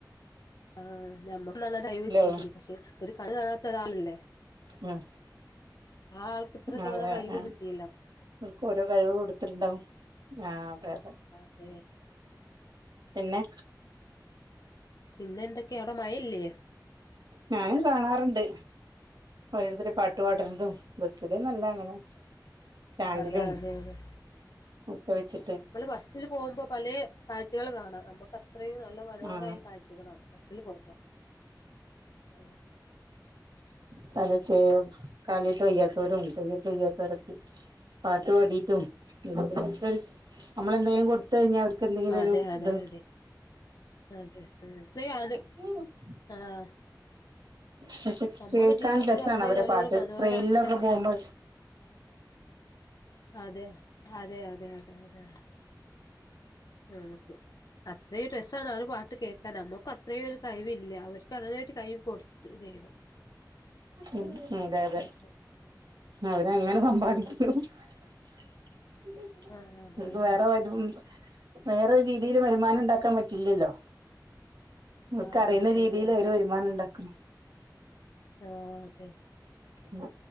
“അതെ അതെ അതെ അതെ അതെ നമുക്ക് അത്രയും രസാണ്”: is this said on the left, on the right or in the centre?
Left